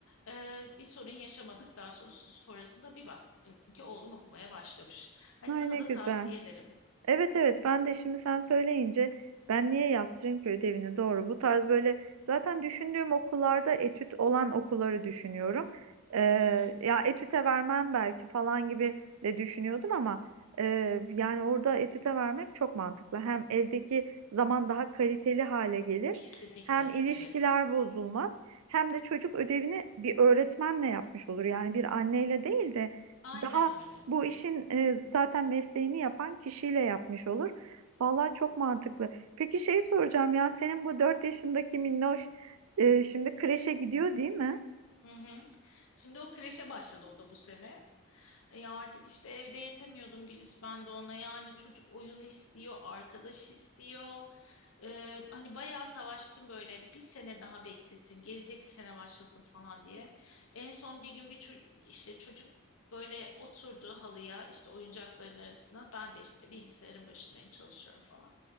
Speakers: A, on the left; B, on the right.
A: E, bir sorun yaşamadık daha sonra, sonrasında bir baktım ki oğlum okumaya başlamış. Hani
B: Ay
A: sana
B: ne
A: da
B: güzel.
A: tavsiye ederim.
B: Evet
A: Hı
B: evet
A: hı.
B: ben de şimdi sen söyleyince ben niye yaptırayım ki ödevini doğru bu tarz böyle zaten düşündüğüm okullarda etüt olan okulları düşünüyorum. Ee,
A: Hı hı.
B: ya etüte vermem belki falan gibi de düşünüyordum ama e, yani orada etüte vermek çok mantıklı. Hem evdeki zaman daha kaliteli hale gelir
A: Kesinlikle
B: hem ilişkiler
A: evet.
B: bozulmaz hem de çocuk ödevini bir öğretmenle yapmış olur yani bir anneyle değil de
A: Aynen
B: daha
A: öyle.
B: bu işin e, zaten mesleğini yapan kişiyle yapmış olur. Vallahi çok mantıklı. Peki şey soracağım ya senin bu 4 yaşındaki minnoş e, şimdi kreşe gidiyor değil mi? <laughs>
A: Hı hı. Şimdi o kreşe başladı o da bu sene. E ya artık işte evde yetemiyordum Gülis ben de ona yani çocuk oyun istiyor, arkadaş istiyor. E, hani bayağı savaştım böyle bir sene daha beklesin, gelecek sene başlasın falan diye. En son bir gün bir ço- işte çocuk böyle oturdu halıya işte oyuncakların arasına. Ben de işte bilgisayarın başındayım çalışıyorum falan.